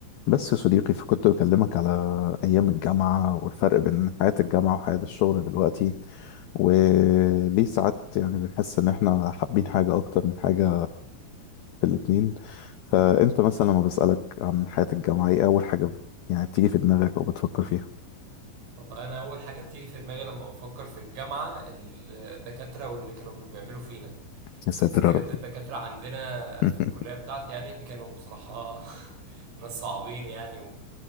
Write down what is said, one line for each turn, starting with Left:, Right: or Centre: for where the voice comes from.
Left: بس يا صديقي فكنت بكلمك على أيام الجامعة والفرق بين حياة الجامعة وحياة الشغل دلوقتي وليه ساعات يعني بنحس إن إحنا حابين حاجة أكتر من حاجة في الاتنين فأنت مثلا لما بسألك عن حياة الجامعة إيه أول حاجة بت- يعني بتيجي في دماغك أو بتفكر فيها؟
Right: والله انا اول حاجه بتيجي في دماغي لما بفكر في الجامعه الدكاتره واللي كانوا بيعملوا فينا
Left: يا ساتر
Right: بجد
Left: يا رب
Right: الدكاتره عندنا
Left: <laughs>
Right: في الكليه بتاعتي يعني كانوا بصراحه <laughs> ناس صعبين يعني